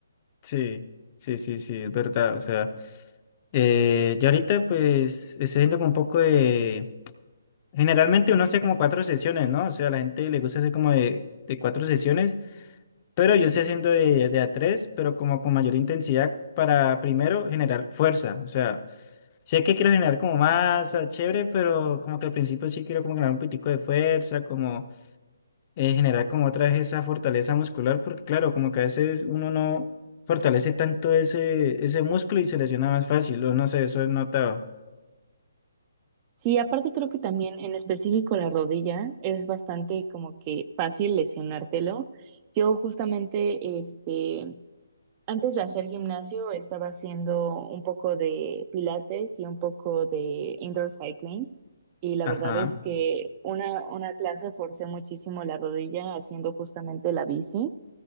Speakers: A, on the left; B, on the right.
A: Sí, sí, sí, sí, es verdad. O sea, eh, yo ahorita pues estoy haciendo como un poco de... Generalmente uno hace como cuatro sesiones, ¿no? O sea, a la gente le gusta hacer como de, de cuatro sesiones. Pero yo estoy haciendo de, de a tres, pero como con mayor intensidad para primero generar fuerza. O sea, sé que quiero generar como masa, chévere, pero como que al principio sí quiero como generar un poquitico de fuerza, como eh, generar como otra vez esa fortaleza muscular, porque claro, como que a veces uno no fortalece tanto ese, ese músculo y se lesiona más fácil, o no sé, eso he notado.
B: Sí, aparte creo que también en específico la rodilla es bastante como que fácil lesionártelo. Yo justamente, este, Antes de hacer gimnasio estaba haciendo un poco de pilates y un poco de indoor cycling y la
A: Ajá,
B: verdad es que una, una clase forcé muchísimo la rodilla haciendo justamente la bici